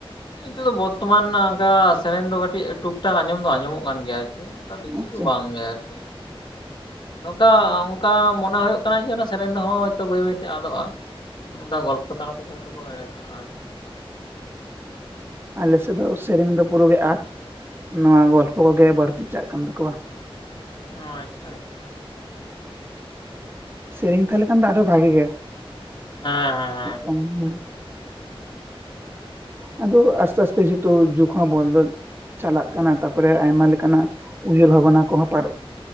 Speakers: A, on the left (about 50°); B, on the right (about 25°).
A: ᱱᱤᱛᱚᱜ ᱫᱚ ᱵᱚᱨᱛᱚᱢᱟᱱ ᱚᱝᱠᱟ ᱥᱮᱨᱮᱧ ᱫᱚ ᱠᱟᱹᱴᱤᱡ ᱴᱩᱠ-ᱴᱟᱠ ᱟᱸᱡᱚᱢ ᱫᱚ ᱟᱸᱡᱚᱢᱚᱜ ᱠᱟᱱ ᱜᱮᱭᱟ ᱟᱨᱠᱤ᱾ ᱚᱝᱠᱟ ᱵᱮᱥᱤ
B: ᱟᱪᱪᱷᱟ
A: ᱫᱚ ᱵᱟᱝ ᱜᱮ ᱟᱨᱠᱤ᱾ ᱫᱚ ᱚᱝᱠᱟ ᱚᱝᱠᱟ ᱢᱚᱱᱮ ᱦᱩᱭᱩᱜ ᱠᱟᱱᱟ ᱡᱮ ᱥᱮᱨᱮᱧ ᱫᱚᱦᱚᱭᱛᱚ ᱵᱟᱹᱭ ᱵᱟᱹᱭᱛᱮ ᱟᱫᱚᱜᱼᱟ᱾ ᱚᱝᱠᱟ ᱜᱚᱞᱯᱷᱚ ᱛᱟᱞᱟ ᱛᱮ ᱦᱭᱛᱳ ᱠᱚ ᱦᱮᱲᱮᱫᱟᱲᱮᱜᱼᱟ᱾
B: ᱟᱞᱮᱥᱮᱫ ᱫᱚ ᱥᱮᱨᱮᱧ ᱫᱚ ᱯᱩᱨᱩᱜᱮ ᱟᱫ ᱱᱚᱣᱟ ᱜᱚᱞᱯᱚ ᱠᱚᱜᱮ ᱵᱟᱹᱲᱛᱤ ᱪᱟᱜ ᱠᱟᱱ ᱛᱟᱠᱚᱣᱟ᱾
A: ᱚ ᱟᱪᱪᱷᱟ ᱟᱪᱪᱷᱟ᱾
B: ᱥᱮᱨᱮᱧ ᱛᱟᱦᱮ ᱞᱮᱱ ᱠᱷᱟᱱ ᱫᱚ ᱟᱹᱰᱤ ᱵᱷᱟᱜᱤ ᱜᱮ᱾
A: ᱦᱮᱸ ᱦᱮᱸ ᱦᱮᱸ᱾
B: ᱚᱱᱟ ᱟᱫᱚ ᱟᱥᱛᱮ ᱟᱥᱛᱮ ᱥᱮ ᱛᱚ ᱡᱩᱠᱷᱚᱢ ᱵᱚᱞᱫᱚᱞ ᱪᱟᱞᱟᱜ ᱠᱟᱱᱟ, ᱛᱟᱨᱯᱚᱨᱮ ᱟᱭᱢᱟ ᱞᱮᱠᱟᱱᱟᱜ ᱩᱭᱦᱟᱹᱨ ᱵᱷᱟᱵᱱᱟ ᱠᱚᱦᱚᱸ ᱯᱟᱨᱚ